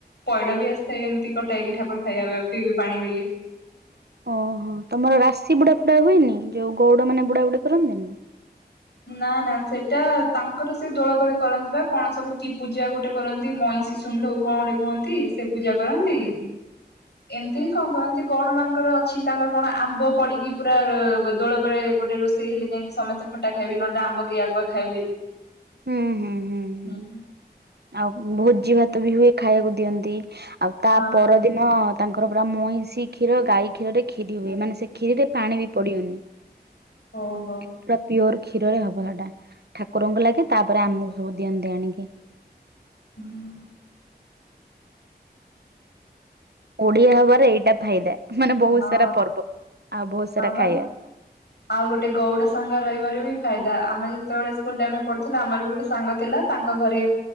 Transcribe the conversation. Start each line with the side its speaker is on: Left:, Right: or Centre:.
Left: ପଇଡ ବି ଆସିଥାଏ ଏମିତି କଟା ହେଇକି ଠାକୁର ଖାଇବା ବି ରଖତି ପାଣି ବେଲି।
Right: ଓହୋ ତମର ରାଶି ବୁଡା ଫୁଡା ହୁଏନି ଯୋଉ ଗଉଡ ମାନେ ବୁଡା ବୁଡି କରନ୍ତିନି?
Left: ନା ନା ସେଟା ତାଙ୍କର ସେ ଦୋଳବେଳେ କରନ୍ତି ପା କଣ ସବୁ କି ପୂଜା ଗୋଟେ କରନ୍ତି ମଇଷି ତୁଣ୍ଡ କୁ କଣ ଗୋଟେ କୁହନ୍ତି ସେ ପୂଜା କରନ୍ତି।
Right: ହୁଁ।
Left: ଏମିତି କଣ କରନ୍ତି ଗଉଡ ମାନଙ୍କର ଅଛି ତାଙ୍କର କଣ ଆମ୍ବ ପଡିକି ପୁରା ଦୋଳ ବେଳେ ଗୋଟେ ରୋଷେଇ ହେଲେ ଯାଇକି ସମସ୍ତେ ଖଟା ଖାଇବେ ନହେଲେ ଆମ୍ବ କେହି ଆଗୁଆ ଖାଇବେନି।
Right: ହୁଁ ହୁଁ ହୁଁ। ହୁଁ
Left: ହୁଁଁ।
Right: ଆଉ ଭୋଜି ଭାତ ବି ହୁଏ ଖାଇବାକୁ ଦିଅନ୍ତି ଆଉ ତା
Left: ହଁ
Right: ପରଦିନ ହଁ ତାଙ୍କର ପୁରା ମଇଁଷି କ୍ଷୀର ଗାଈ କ୍ଷୀରରେ ଖିରି ହୁଏ ମାନେ ସେ କ୍ଷୀରିରେ ପାଣି ବି ପଡିଅନି।
Left: ଓହୋ।
Right: ପୁରା ପିଓର କ୍ଷୀରରେ ହବ ହେଟା ଠାକୁରଙ୍କୁ ଲାଗେ ତାପରେ ଆମକୁ ସବୁ ଦିଅନ୍ତି ଆଣିକି।
Left: ହୁଁ।
Right: ଓଡିଆ ହବାରେ ଏଇଟା ଫାଇଦା ମାନେ ବହୁତ
Left: ହଁ
Right: ସାରା ପର୍ବ ଆଉ ବହୁତ ସାରା
Left: ହଁ ବା
Right: ଖାଇବା।
Left: ଆଉ ଗୋଟେ ଗଉଡ ସାଙ୍ଗ ରହିବାରେ ବି ଫାଇଦା ଆମେ ଯେତେବେଳେ ସ୍କୁଲ ଟାଇମ ରେ ପଢୁଥିଲୁ ଆମର ବି ଗୋଟେ ସାଙ୍ଗ ଥିଲା। ତାଙ୍କ ଘରେ